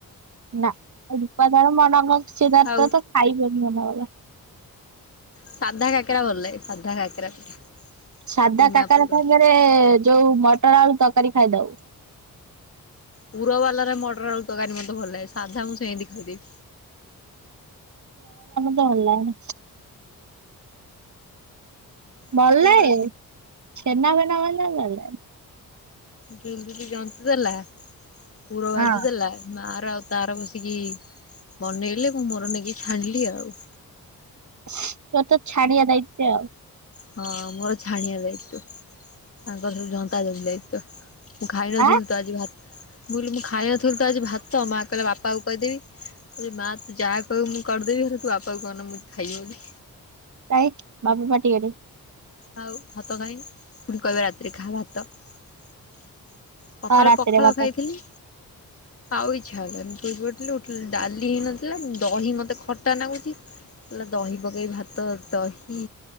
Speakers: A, on the right; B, on the left.
A: ନା ରୂପାଦର <unintelligible>
B: ଖାଉ
A: ଖାଇବନି ମନାକଲା।
B: ସାଧା କାକେରା ଭଲ ଲାଗେ ସାଧା କାକେରା। ପିଠା
A: ସାଧା
B: ବିନା
A: କାକାରା
B: ପୁର
A: ସାଙ୍ଗରେ ଯୋଉ ମଟର ଆଳୁ ତ କରି ଖାଇ ଦଉ। ତ
B: ପୁର ବାଲାରେ ମଟର ଆଳୁ ତରକାରୀ ମତେ ଭଲ ଲାଗେ ସାଧା ମୁଁ ସେମିତି ଖାଇଦେବି।
A: ତ ହଲାଣି।
B: ଜନ୍ତି
A: ବଲ
B: ଦେଲା
A: ନେ ଛେନା ଫେନା ଭଲ ଲାଗେ ନା ନାହିଁ।
B: ପିଙ୍କି ଯନ୍ତି ଦେଲା। ପୂର ଭାଜି
A: ହଁ।
B: ଦେଲା ମା। ର ଆଉ ତାର ବସିକି ବନେଇଲେ ମୁଁ ମୋର ନେଇକି ଛାଣିଲି ଆଉ।
A: ତୋର ତ ଛାଡିିଆ ଦାୟିତ୍ୱ ଆଉ।
B: ହଁ ମୋର ଛାଣିଆ ଦାୟତୁ ତାଙ୍କର ସବୁ ଜନ୍ତା ଜମ ଦାୟତୁ ମୁଁ ଖାଇ ନଥିଲି
A: ଆଁ
B: ତ ଆଜି ଭାତ ବୋଉଲୋ ମୁଁ ଖାଏ ନଥିଲେ ତୁତ ଆଜି ଭାତ। ମା କହିଲା ବାପାକୁ କହିଦେବି। <unintelligible> ମା ତୁ ଯାହା କହିବୁ ମୁଁ କରିଦେବି ହେଲେ ତୁ ବାପାକୁ କହନା ମୁଁ ଖାଇନି ବୋଲି।
A: ତାଇ ବାପ ମାଟିିକରେ
B: ଆଉ ଭାତ ଖାଇନୁ ପୁଣି କହିବେ ରାତିରେ ଖା ଭାତ। ସକାଳେ
A: ହଁ ରାତିରେ
B: ପଖାଳ
A: କଥା
B: ଖାଇଥିଲି। ଆଉ ଇ ଛାଡିଲାନି ଶୋଇ ପଡ଼ିଥିଲୁ ଉଠିଲୁ ଡାଲି ହେଇନଥିଲା। ଉଁ ଦହି ମତେ ଖଟା ନାଗୁଚି କହିଲା ଦହି ପକେଇ ଭାତ, ଦହି